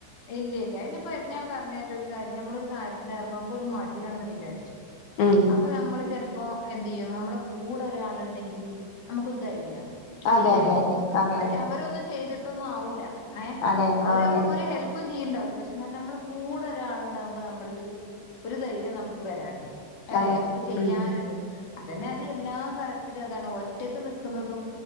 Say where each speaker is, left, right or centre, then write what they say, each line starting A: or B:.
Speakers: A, on the left; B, on the left.
A: ഇല്ല്യ ഇല്ല്യ ഇനിപ്പ ഞാൻ പറ്ഞ്ഞെര്ട്ടേ ഒരു കാര്യം നമ്മൊളൊരു കാര്യത്തിന് എറ്ങ്ങുമ്പോ ഒരു മടിയാണെന്ന് വിചാരിച്ചു
B: ഉം
A: അപ്പൊ നമ്മള് ചെല്പ്പോ എന്തെയ്യും നമ്മളെകൂടെ ഒരാളുണ്ടെങ്കില് നമുക്കൊരു ധൈര്യ
B: അതെ
A: ചെയ്യാന്
B: അതെ അതെ അതെ
A: പക്ഷെ
B: അതെ
A: അവരൊന്നും ചെയ്തിട്ടൊന്നും ആവൂല്ല ഏഹ്
B: അതെ
A: അവര്
B: അതെ
A: നമ്മുക്കൊരു ഹെല്പ്പും ചെയ്യുണ്ടാവില്ല പക്ഷെ എന്ന നമ്മള് കൂടെ ഒരാളണ്ടാകുമ്പോ നമ്മളൊരു ഒരുധൈര്യം നമുക്ക് വെരാണ്ട് അല്ലെ
B: അതെ
A: നമുക്ക് ചെയ്യാനൊരുത്
B: ഉം
A: അതന്നെ അത് എല്ലാ കാര്യത്തിലും അതാണ് ഒറ്റക്ക് നി ക്കുന്നതും